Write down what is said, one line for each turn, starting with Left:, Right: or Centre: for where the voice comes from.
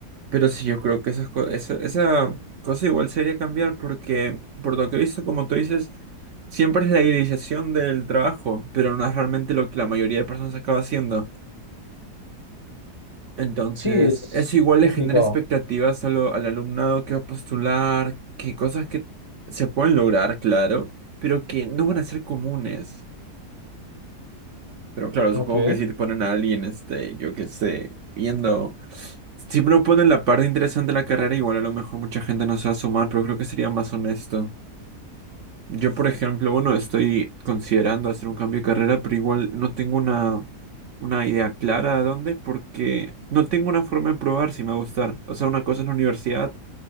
Right: pero sí, yo creo que esas co- esa, esa cosa igual sería cambiar porque, por lo que he visto, como tú dices, siempre es la idealización del trabajo, pero no es realmente lo que la mayoría de personas acaba haciendo. Entonces,
Left: Sí, es
Right: eso igual
Left: complicado.
Right: le genera expectativas a lo- al alumnado que va a postular, que cosas que se pueden lograr, claro, pero que no van a ser comunes. Pero claro,
Left: Ok,
Right: supongo que si te ponen a alguien, este, yo qué sé, viendo, si no ponen la parte interesante de la carrera, igual a lo mejor mucha gente no se va a sumar, pero creo que sería más honesto. Yo, por ejemplo, bueno, estoy considerando hacer un cambio de carrera, pero igual no tengo una, una idea clara a dónde, porque no tengo una forma de probar si me va a gustar. O sea, una cosa es la universidad